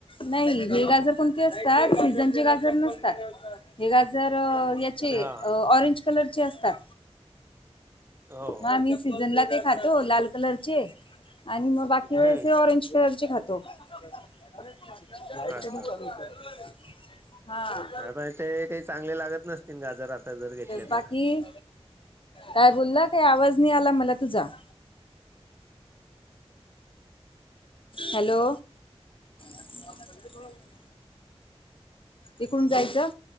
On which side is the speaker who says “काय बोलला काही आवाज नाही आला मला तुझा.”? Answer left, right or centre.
Left